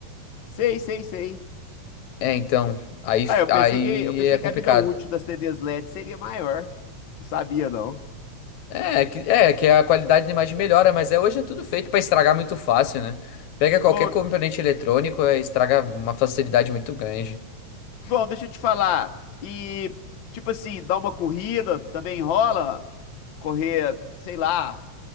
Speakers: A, on the left; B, on the left.
A: Sei, sei, sei.
B: É, então, aí,
A: Ah, eu pensei
B: aí
A: que, eu pensei
B: é complicado.
A: que a vida útil das TVs LED seria maior. Não sabia, não.
B: É, que, é que a qualidade da imagem melhora, mas é, hoje é tudo feito pra estragar muito fácil, né? Pega qualquer
A: Ô,
B: componente eletrônico, é, estraga uma facilidade muito grande.
A: João, deixa eu te falar. E, tipo assim, dar uma corrida também rola? Correr, sei lá,